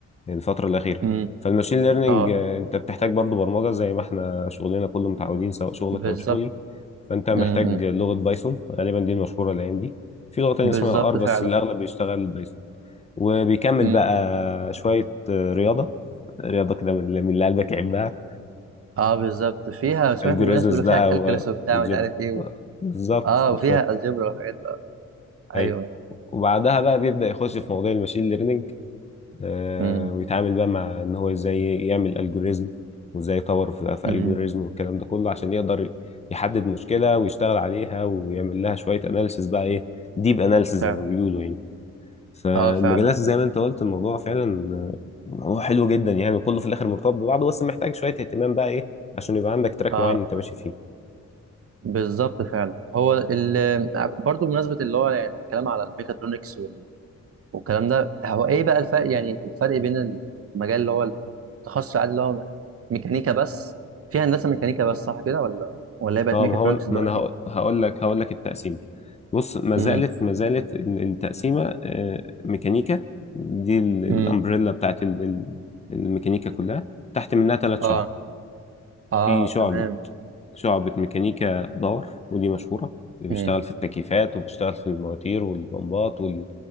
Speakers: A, on the left; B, on the right.
A: الفترة الأخيرة
B: امم
A: فالماشين ليرنينج
B: اه
A: آه،
B: آه.
A: أنت بتحتاج برضو برمجة زي ما احنا شغلنا كله متعودين سواء شغلك
B: بالظبط
A: أو شغلي فأنت محتاج
B: امم
A: لغة بايثون غالبا دي المشهورة الأيام دي في لغة تانية
B: بالظبط
A: اسمها آر بس
B: فعلا
A: الأغلب بيشتغل بايثون وبيكمل
B: امم
A: بقى شوية آه، رياضة رياضة كده من اللي من اللي قلبك يحبها
B: اه بالظبط فيها سمعت
A: الجوريزمز
B: الناس بيقولوا
A: بقى
B: فيها كالكولس وبتاع
A: والجبر
B: مش عارف ايه و...
A: بالظبط
B: اه
A: بالظبط
B: وفيها الجبر وحاجات آه.
A: أيوه
B: ايوه
A: وبعدها بقى بيبدأ يخش في مواضيع الماشين ليرنينج آه،
B: امم
A: ويتعامل بقى مع ان هو ازاي يعمل الجوريزم وازاي يطور في في
B: امم
A: الجوريزم والكلام ده كله عشان يقدر يحدد مشكلة ويشتغل عليها ويعمل لها شوية اناليسز بقى ايه ديب اناليسز
B: فعلا
A: زي ما بيقولوا يعني فالمجالات
B: اه فعلا
A: زي
B: فعلا
A: ما انت قلت الموضوع فعلا آه، موضوع حلو جدا يعني كله في الاخر مرتبط ببعضه بس محتاج شوية اهتمام بقى ايه عشان يبقى عندك تراك
B: اه
A: معين
B: آه.
A: انت ماشي فيه
B: بالظبط فعلا هو ال... برضه بمناسبه اللي هو يعني الكلام على الميكاترونكس والكلام ده هو ايه بقى الفرق يعني الفرق بين المجال اللي هو التخصص العادي اللي هو ميكانيكا بس في هندسه ميكانيكا بس صح كده ولا ولا هي بقت
A: اه
B: ميكاترونكس
A: ما هو
B: دلوقتي
A: ما انا هقو- هقول لك هقول لك التقسيمه بص ما زالت
B: امم
A: ما زالت ال- التقسيمه آه، ميكانيكا دي ال- الامبريلا
B: امم
A: بتاعت ال- ال- الميكانيكا كلها تحت منها ثلاث شعب
B: اه اه
A: في شعبه
B: تمام
A: شعبه ميكانيكا باور ودي مشهوره اللي بيشتغل
B: امم
A: في التكييفات وبيشتغل في المواتير والبمبات وال-